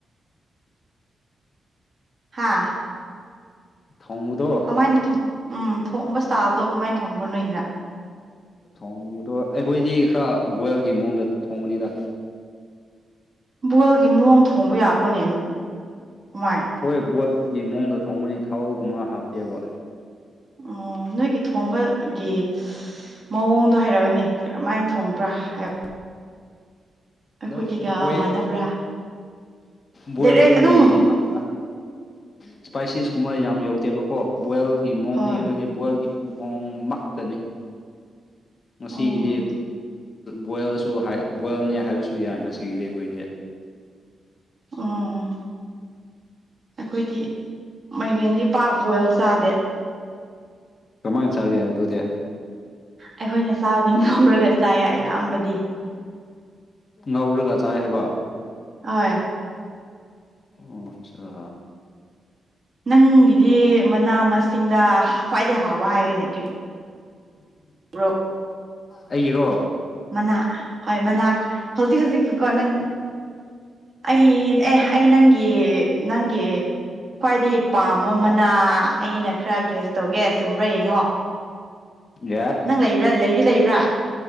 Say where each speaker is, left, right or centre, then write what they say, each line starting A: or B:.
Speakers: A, on the left; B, on the right.
A: <inaudible>
B: ꯍꯥꯥ
A: ꯊꯣꯡꯕꯗꯣ
B: ꯀꯃꯥꯏꯅ ꯊꯣꯡ ꯎꯝ ꯊꯣꯡꯕ ꯏꯁꯇꯥꯥꯏꯜꯗꯣ ꯀꯃꯥꯏꯅ ꯊꯣꯡꯕ꯭ꯔꯣ ꯅꯣꯏꯒꯤꯅ
A: ꯊꯣꯡꯕꯗꯣ ꯑꯩꯈꯣꯏꯗꯤ ꯈꯔ ꯕꯣꯏꯜꯒꯤ ꯃꯑꯣꯡꯗ ꯊꯣꯡꯕꯅꯤꯗ
B: ꯕꯣꯢꯜꯒꯤ ꯃꯑꯣꯡ ꯊꯣꯡꯕ ꯌꯥꯕ꯭ꯔꯣꯅꯦ ꯀꯃꯥꯏ
A: ꯘꯣꯢ ꯕꯣꯏꯜꯒꯤ ꯃꯑꯣꯡꯗ ꯊꯣꯡꯕꯅꯤ ꯊꯥꯎꯒꯨꯝꯕ ꯍꯥꯞꯇꯦꯕ
B: ꯑꯣ ꯅꯣꯏꯒꯤ ꯊꯣꯡꯕꯒꯤ ꯃꯑꯣꯡꯗꯣ ꯍꯥꯏꯔꯛꯑꯣꯅꯦ ꯀꯔꯝꯍꯥꯏꯅ ꯊꯣꯡꯕ꯭ꯔꯥ ꯍꯥꯏꯕ
A: ꯑꯗꯣ
B: ꯑꯩꯈꯣꯏꯒꯤꯒ
A: ꯕꯣꯢꯜ
B: ꯃꯥꯟꯅꯕ꯭ꯔꯥ
A: ꯕꯣꯏꯜꯒꯤ
B: ꯗꯥꯏꯔꯦꯛ ꯑꯗꯨꯝ
A: ꯃꯥꯅ ꯏꯁꯄꯥꯏꯁꯤꯁ ꯀꯨꯝꯕ ꯌꯥꯝ ꯌꯧꯗꯦꯕꯀꯣ ꯕꯣꯏꯜꯒꯤ ꯃꯑꯣꯡꯅꯦ
B: ꯍꯣꯏ
A: ꯑꯩꯈꯣꯏꯗꯤ ꯕꯣꯏꯜꯒꯤ ꯃꯣꯡꯃꯛꯇꯅꯤ ꯉꯁꯤꯒꯤꯗꯤ
B: ꯑꯣ
A: ꯕꯣꯏꯜꯁꯨ ꯕꯣꯏꯜꯅꯤ ꯍꯥꯏꯕꯁꯨ ꯌꯥꯏ ꯉꯁꯤꯒꯤꯗꯤ ꯑꯩꯈꯣꯏꯗꯤ
B: ꯎꯝ ꯑꯩꯈꯣꯏꯗꯤ ꯃꯥꯏꯔꯦꯟꯗꯤ ꯄꯥꯛ ꯕꯣꯏꯜ ꯆꯥꯗꯦ
A: ꯀꯃꯥꯏ ꯆꯥꯒꯦ ꯑꯗꯨꯗꯤ
B: ꯑꯩꯈꯣꯏꯅ ꯆꯥꯕꯗꯤ ꯉꯧꯔꯒ ꯆꯥꯏꯌꯦ ꯑꯌꯥꯝꯕꯗꯤ
A: ꯉꯧꯔꯒ ꯆꯥꯏ ꯍꯥꯏꯕ
B: ꯍꯣꯏ
A: ꯑꯣ ꯑꯆꯥ
B: ꯅꯪꯒꯤꯗꯤ ꯃꯅꯥ ꯃꯁꯤꯡꯗ ꯈ꯭ꯋꯥꯏꯗꯒꯤ ꯍꯥꯎꯕ ꯍꯥꯏꯌꯨꯅꯦ ꯀꯔꯤ
A: <inaudible>
B: ꯕ꯭ꯔꯣ
A: ꯑꯩꯒꯤꯔꯣ
B: ꯃꯅꯥ ꯍꯣꯏ ꯃꯅꯥ ꯍꯧꯖꯤꯛ ꯍꯧꯖꯤꯛꯀꯣ ꯅꯪ ꯑꯩ ꯑꯦ ꯑꯩ ꯅꯪꯒꯤ ꯅꯪꯒꯤ ꯈ꯭ꯋꯥꯏꯗꯒꯤ ꯄꯥꯝꯕ ꯃꯅꯥ ꯑꯩꯅ ꯈꯔ ꯒꯦꯁ ꯇꯧꯒꯦ ꯆꯨꯝꯕ꯭ꯔꯥ ꯌꯦꯡꯉꯣ
A: ꯌꯥꯏ
B: ꯅꯪ ꯂꯩꯕ꯭ꯔꯥ ꯂꯩꯗꯤ ꯂꯩꯕ꯭ꯔꯥ